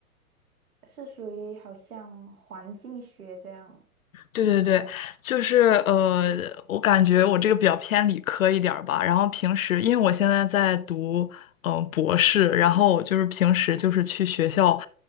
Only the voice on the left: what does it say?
对对对，就是呃，我感觉我这个比较偏理科一点儿吧。然后平时，因为我现在在读嗯、呃博士，然后我就是平时就是去学校，